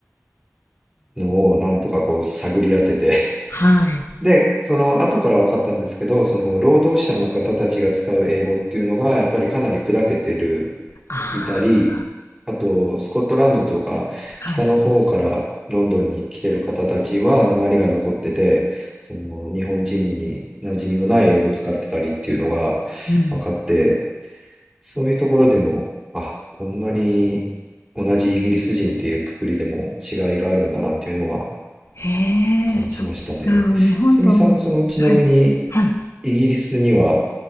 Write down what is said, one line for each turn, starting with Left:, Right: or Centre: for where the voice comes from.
Right: のを、なんとかこう、探り当てて
Left: はい、
Right: で、その後から分かったんですけど、その労働者の方たちが使う英語っていうのが、やっぱりかなり砕けている、
Left: あ
Right: いたり、あと、スコットランドとか、
Left: あ、
Right: 北の方からロンドンに来てる方たちは、
Left: はい、
Right: 訛りが残ってて、その日本人に馴染みのない英語を使ってたりっていうのが分かって、
Left: うん。
Right: そういうところでも、あ、こんなに同じイギリス人っていうくくりでも違いがあるんだなっていうのは
Left: ええそっか、
Right: 感じましたね。
Left: 日本と、
Right: つみさん、
Left: はい、
Right: その、ちなみに、
Left: はい。
Right: イギリスには